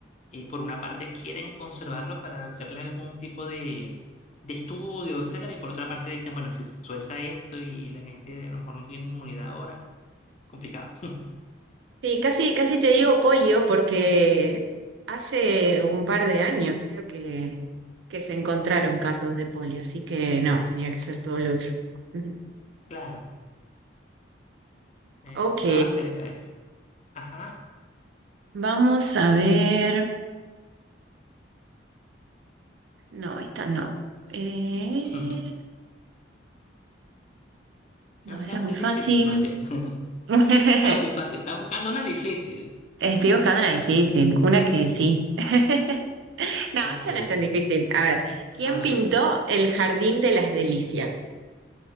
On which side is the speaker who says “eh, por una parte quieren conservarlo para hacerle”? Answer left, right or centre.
Left